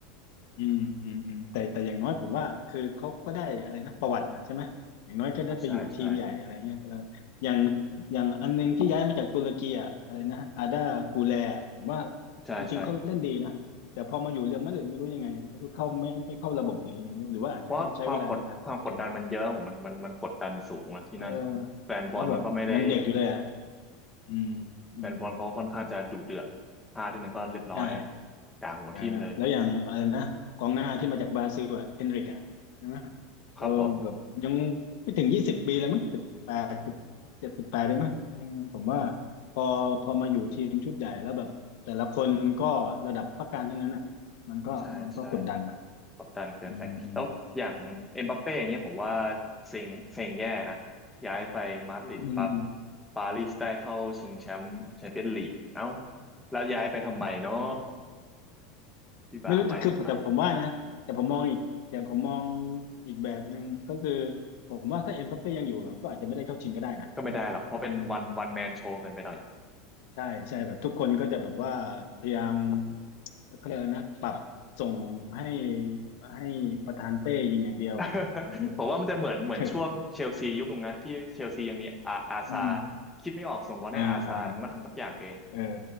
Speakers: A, on the left (about 55°); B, in the centre.
A: อืมอืมอืมแต่แต่อย่างน้อยผมว่าคือเขาก็ได้อะไรนะประวัตินะใช่ไหมอย่างน้อยก็ได้ไปอยู่ทีมใหญ่อะไรเงี้ยเอออย่าง
B: อ่าใช่ใช่
A: อย่างอันนึงที่ย้ายมาจากตุรกีอ่ะอะไรนะอาดากูแลอะผมว่า
B: ใช่ใช่
A: จริงๆเขาเล่นดีนะแต่พอมาอยู่เรอัลมาดริดไม่รู้ยังไงไม่รู้เข้าไม่ไม่เข้าระบบหรือยังไงไม่รู้หรือว่าอาจจะต้องใช้เวลาในการปรับตัว
B: เพราะว่าความกดความกดดันมันเยอะผมมันมันมันกดดันสูงอะที่นั่น
A: เออ
B: แฟนบอลมันก็ไม่ได้
A: แล้วแบบยังเด็กอยู่เลยอ่ะอืมอืม
B: แฟนบอลเขาค่อนข้างจะดุเดือดพลาดทีหนึ่งก็เรียบร้อย
A: ใช่
B: ด่าหัวทิ่มเลย
A: เออแล้วอย่างอะไรนะกองหน้าที่มาจากบราซิลอ่ะเฮนริกอ่ะใช่ไหม
B: ครับผม
A: เออแบบยังไม่ถึงยี่สิบปีเลยมั้งสิบแปดสิบเจ็ดสิบแปดได้มั้งอืมผมว่าพอพอมาอยู่ทีมชุดใหญ่แล้วแบบแต่ละคนก็ระดับพักการทั้งนั้นอ่ะมันก็มันก็กดดันอ่ะ
B: ใช่ใช่กดดันเกินไป
A: อืมอืม
B: แล้วอย่างเอ็มบัปเป้อย่างเงี้ยผมว่าเซ็งเซ็งแย่นะ ย้ายไปมาดริดปั๊บ
A: อืมอืม
B: ปารีสได้เข้าชิงแชมป์แชมเปี้ยนลีกเอ้า
A: เออ
B: แล้วย้ายไปทำไมเนาะ
A: <laughs>
B: พี่บ่าวไปทำไม
A: ไม่รู้คือแต่ผมว่านะแต่ผมมองอีกแต่ผมมองอีกแบบหนึ่งก็คือผมว่าถ้าเอ็มบัปเป้ยังอยู่ก็อาจจะไม่ได้เข้าชิงก็ได้นะ
B: ก็ไม่ได้หรอกเพราะเป็นวันวันแมนโชว์กันไปหน่อย
A: ใช่ไหม ใช่ใช่แบบทุกคนก็จะแบบว่าพยายามเขาเรียกอะไรนะปรับส่งให้ให้ประธานเป้ยิงอย่างเดียวอะอะไรเงี้ย
B: <laughs> ผมว่ามันจะเหมือนเหมือนช่วงเชลซียุคนึงนะที่เชลซียังมีอาอาซาร์คิดไม่ออกส่งบอลให้อาซาร์มันก็ทำสักอย่างเอง
A: <laughs> เอออืมอ่าอ่าเออ